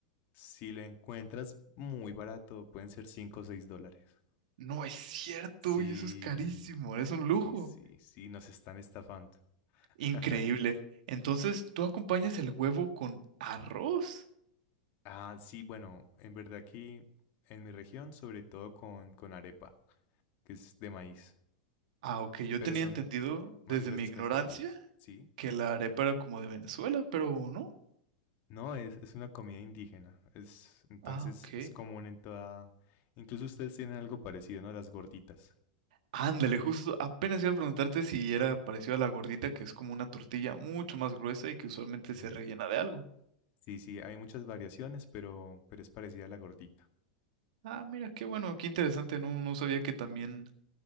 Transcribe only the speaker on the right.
No es cierto,
y eso es carísimo, es un
lujo.
Increíble. Entonces, ¿tú acompañas el huevo con arroz?
Ah, ok, yo
tenía
entendido
desde
mi ignorancia
que la arepa era como de Venezuela, pero no.
Ah, ok.
Ándale, justo apenas iba a preguntarte si era parecido a la gordita, que es como una tortilla mucho más gruesa y que usualmente se
rellena de algo.
Ah, mira, qué bueno, qué interesante, no, no sabía que también